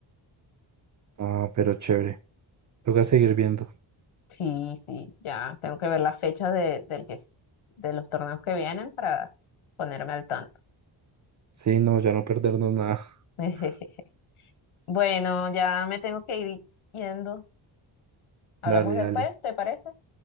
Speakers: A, on the right; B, on the left.
A: Ah, pero chévere. Toca seguir viendo.
B: Sí, sí, ya tengo que ver la fecha de, del que, es- de los torneos que vienen para ponerme al tanto.
A: Sí, no, ya no perdernos nada.
B: <laughs>
A: <laughs>
B: Bueno, ya me tengo que ir yendo. Hablamos
A: Dale,
B: después,
A: dale.
B: ¿te parece?